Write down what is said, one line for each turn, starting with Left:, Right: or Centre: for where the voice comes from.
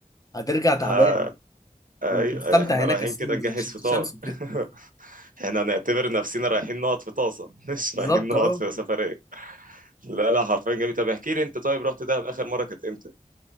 Left: هترجع تعبان
Right: نار ايوه
Left: ومش هتستمتع
Right: أيوة، احنا
Left: هناك
Right: رايحين
Left: اساسا
Right: كده
Left: بالشمس
Right: نجهز فطار
Left: وكده
Right: <laughs> احنا هنعتبر نفسنا رايحين نقعد في طاسه <laughs> مش
Left: بالظبط
Right: رايحين نقعد
Left: اه
Right: في سفريه لا لا حرفيا جميل طب احكي لي انت طيب رحت دهب اخر مره كانت امتى